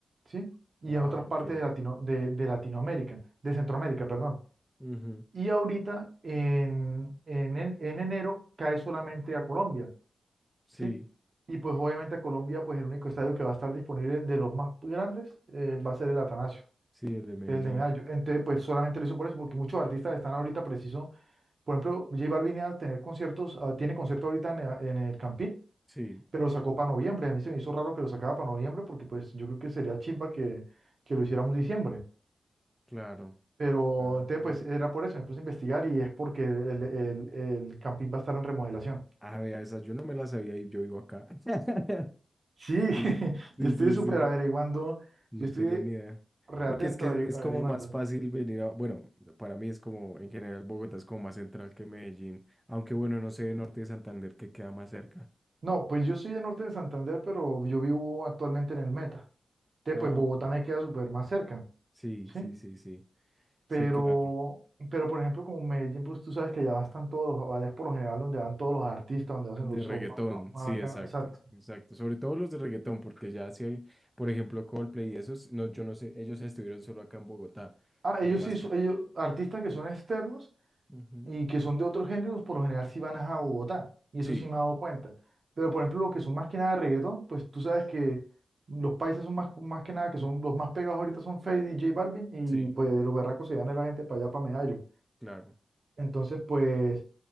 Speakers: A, on the right; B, in the centre.
A: ¿sí? Y
B: Ah,
A: en otras
B: ok.
A: partes de, Latino, de, de Latinoamérica, de Centroamérica, perdón.
B: Ujú.
A: Y ahorita, en, en, en- en enero, cae solamente a Colombia,
B: Sí,
A: ¿sí? Y pues obviamente a Colombia, pues el único estadio que va a estar disponible de los más grandes eh, va a ser el Atanasio,
B: sí, el de Medellín.
A: el de Medallo. Entonces, pues solamente lo hizo por eso, porque muchos artistas están ahorita preciso. Por ejemplo, J Balvin iba a tener conciertos, ah, tiene concierto ahorita en, en el Campín
B: Sí,
A: pero lo sacó para noviembre. A mí se me hizo raro que lo sacara para noviembre porque pues yo creo que sería chimba que, que lo hiciera un diciembre.
B: claro.
A: Pero
B: Ah,
A: entonces pues era por eso, me puse a investigar y es porque el, el, el camping va a estar en remodelación. <clears throat>
B: a ver, esa yo no me la sabía y yo vivo acá. <laughs>
A: Sí, <laughs>
B: Sí, sí,
A: yo estoy
B: sí,
A: súper
B: sí.
A: averiguando,
B: No
A: yo estoy
B: tenía ni idea.
A: reatento
B: Porque es que
A: averigu-
B: es como
A: averiguando.
B: más fácil venir a, bueno, para mí es como, en general, Bogotá es como más central que Medellín. Aunque bueno, no sé, Norte de Santander, que queda más cerca.
A: No, pues yo soy de norte de Santander, pero yo vivo actualmente en el Meta. Entonces
B: Ah,
A: pues Bogotá
B: ok.
A: me queda súper más cerca,
B: Sí,
A: ¿sí?
B: sí, sí, sí. Sí,
A: Pero,
B: claro.
A: pero por ejemplo, como en Medellín, pues tú sabes que allá están todos los, allá es por lo general donde van todos los artistas, donde hacen
B: De
A: los shows
B: reggaetón,
A: más, más- más
B: sí,
A: bacanos,
B: exacto,
A: Exacto.
B: exacto. Sobre todo los de reggaetón, porque ya si hay, por ejemplo, Coldplay y esos, no, yo no sé, ellos estuvieron solo acá en Bogotá,
A: Ah,
B: pero
A: ellos
B: más
A: sí, son-
B: que...
A: ellos, artistas que son externos
B: Ujú.
A: y que son de otros géneros, por lo general sí van a Bogotá, y
B: Sí,
A: eso sí me he dado cuenta. Pero por ejemplo, los que son más que nada de reggaetón, pues tú sabes que los países son más, más que nada, que son los más pegados ahorita son Feid y J Balvin, y
B: sí,
A: pues los berracos se dan a la gente para allá, para Medallo.
B: claro.
A: Entonces, pues.